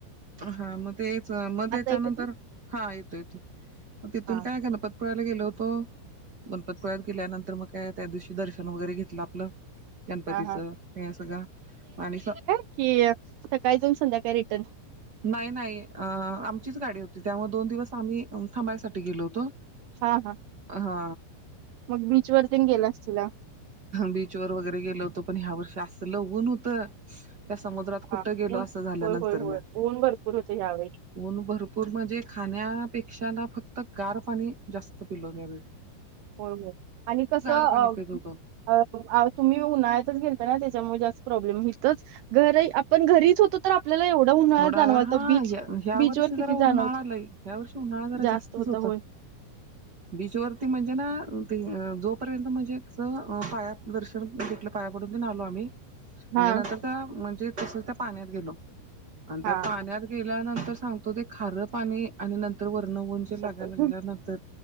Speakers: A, on the right; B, on the right.
A: हा मग तेच मग त्याच्यानंतर
B: आता ऐकू येतंय
A: हा येतो येतोय. तिथून
B: हा
A: काय गणपत पडायला गेलो होतो. गणपतीपुळ्यात गेल्यानंतर मग काय त्या दिवशी दर्शन वगैरे घेतलं. आपलं गणपतीचं
B: हा हा
A: ते सगळं आणि प
B: की सकाळी जाऊन संध्याकाळी रिटर्न.
A: नाही नाही अ आमचीस गाडी हो ते त्यामुळे दोन दिवस आम्ही अम थांबायसाठी गेलो होतो.
B: हा हा.
A: अ हा.
B: मग बीच वरतीतेन गेलास तिला.
A: बीच वर वगैरे गेलो होतो पण ह्या वर्षी असलं ऊन होतं त्या समुद्रात
B: हा
A: कुठं गेलो
B: ऊन
A: असं झाल्यानंतर
B: होय होय होय
A: न.
B: ऊन भरपूर होतय यावेळी.
A: ऊन भरपूर म्हणजे खाण्यापेक्षा ना फक्त गार पाणी जास्त पिलं द्यावे.
B: होय हो आणि कसं अ
A: पाणी पित होतो.
B: हाव आ तुम्ही उन्हाळ्यातच गेलता ना त्याच्यामुळे जास्त प्रॉब्लेम हिथच घर आहे आ पण घरीच होतो तर आप आपल्याला एवढा उन्हाळा
A: थोडा
B: जाणवता
A: हा
B: बीच
A: ह्या
B: बीचवर
A: वर्षी
B: किती
A: जरा उन्हाळा
B: जाणवत
A: लई ह्या वर्षी उन्हाळा जरा
B: जास्त
A: जास्तच
B: होतं
A: होता.
B: होय. <inaudible>
A: बीचवरती म्हणजे ना ते अ जोपर्यंत म्हणजे कसं अ पायात दर्शन भेटलं पाया पडून तेन आलो आम्ही आणि
B: हा
A: नंतर त्या म्हणजे तसच त्या पाण्यात गेलो. आणि त्या
B: हा
A: पाण्यात गेल्यानंतर सांगतो ते खारं पाणी आणि नं तर वर्ण वंचे
B: सपक
A: लागायला लागल्या नंतर